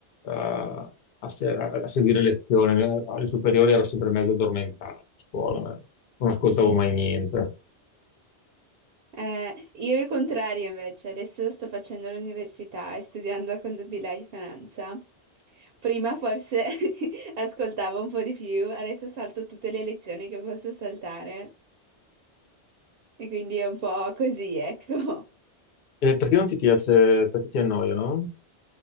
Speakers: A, on the left; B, on the right.
A: eh, a, se- a seguire lezioni. Alle superiori ero sempre mezzo addormentato a scuola, ma non ascoltavo mai niente.
B: Eh, io il contrario invece, adesso sto facendo l'università e studiando contabilità e finanza. Prima forse <laughs> ascoltavo un po' di più, adesso salto tutte le lezioni che posso saltare e quindi è un po' così, ecco.
A: E perché non ti piace? Perché ti annoia, no?